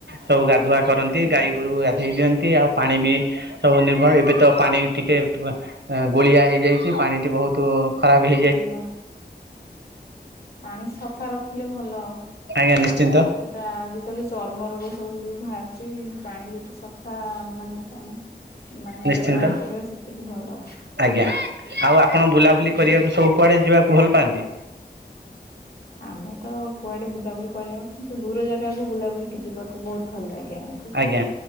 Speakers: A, on the right; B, on the left.
A: ସବୁ ଗା ଧୁଆ କରନ୍ତି
B: ଆଜ୍ଞା
A: ଗାଈ ଗୋରୁ ଗାଧୋଇ ଦିଅନ୍ତି ଆଉ ପାଣି ବି ସବୁ ନିର୍ଭର ଏବେ ତ ପାଣି ଟିକେ ପ ଏ ଗୋଳିଆ ହେଇଯାଇଛି ପାଣି ଟି ବହୁତ ଖରାପ ହେଇଯାଇଛନ୍ତି
B: ଆଜ୍ଞା। ପାଣି ସଫା ରଖିଲେ ଭଲ।
A: ଆଜ୍ଞା ନିଶ୍ଚିନ୍ତ
B: ସେଟା ଆଜିିକାଲି ଚର୍ମ ରୋଗ ସବୁ ଯଉ ବାହାରିଛି ପାଣି ଯେତେ ସଫା ମାନେ ପାଣି ମାନେ
A: ନିଶ୍ଚିନ୍ତ
B: ବ୍ୟବହାର କରିବା ସେତିକି ଭଲ।
A: ଆଜ୍ଞା ଆଉ ଆପଣ ବୁଲାବୁଲି
B: ଆଜ୍ଞା।
A: କରିବାକୁ ସବୁ କୁଆଡ଼େ ଯିବାକୁ ଭଲ ପାଆନ୍ତି।
B: ଆମେ ତ କୁଆଡେ ବୁଲାବୁଲି କରିବାକୁ କିନ୍ତୁ ଦୂର ଜାଗାକୁ ବୁଲାବୁଲି ଯିବାକୁ କି ବହୁତ ଭଲ ଲାଗେ ଆମକୁ।
A: ଆଜ୍ଞା